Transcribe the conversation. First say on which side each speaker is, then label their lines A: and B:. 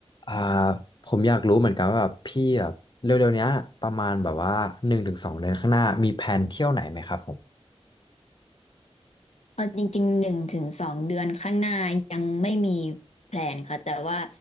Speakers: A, on the left (about 45°); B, on the left (about 90°).
A: อ่าผมอยากรู้เหมือนกันว่าแบบพี่แบบเร็วๆเนี้ยประมาณแบบว่าหนึ่งถึงสองเดือนข้างหน้ามีแผนเที่ยวไหนไหมครับผม
B: เออจริงๆหนึ่งถึงสองเดือนข้างหน้ายังไม่มีแพลนค่ะแต่ว่า